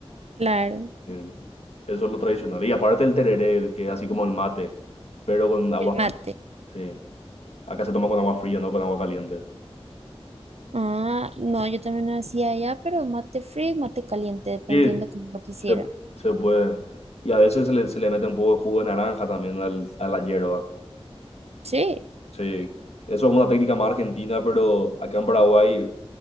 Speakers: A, on the right; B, on the left.
A: Claro,
B: Eh, Eso es lo tradicional. Y aparte el tereré, que es así como el mate, pero con agua
A: el mate.
B: fría, sí. Acá se toma con agua fría, no con agua caliente.
A: Ah, no, yo también lo hacía allá, pero mate frío, y mate caliente, dependiendo
B: Sí,
A: como lo quisiera.
B: Se, se puede Y a veces se le, se le mete un poco de jugo de naranja también al, a la hierba.
A: Sí.
B: Sí, eso es una técnica más argentina, pero acá en Paraguay